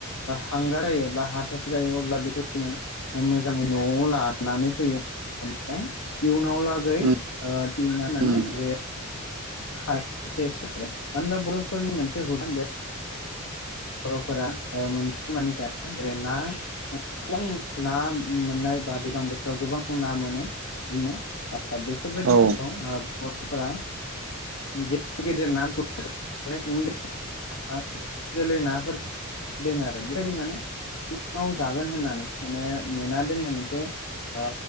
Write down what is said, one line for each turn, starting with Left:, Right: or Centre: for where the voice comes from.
Left: हांगार जायो बा हाथब जायो अब्ला बेखौ जोङो मोजाङै न'आव लानानै फैयो। ओमफाय इयुनाव लागै
Right: उम
Left: थिना माने
Right: उम
Left: बे। खायसे मानो होनबा बर'फोरनि मोनसे हुदा बे। बर'फोरा मोनसे मानि जाग्रा आरोना। गोबां ना मोननाय बा दैज्लां बोथोराव गोबां ना मोनो बिदिनो। बेफोरबायदि
Right: औ
Left: समाव ओ। बरफोरा गदेर गदेर ना खौसो जानाय नुनोमोनो। गेलै नाफोर दोन आरो बेबायदि माने। उनाव जागोन होननानै माने मेना दोननाय मोनसे। ओ